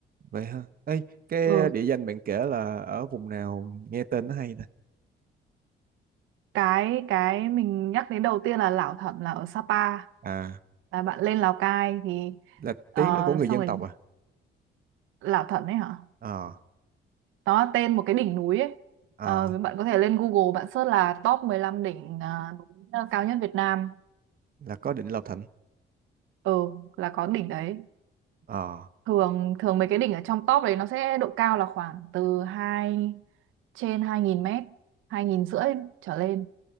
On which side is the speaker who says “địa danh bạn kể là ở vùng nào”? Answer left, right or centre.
Right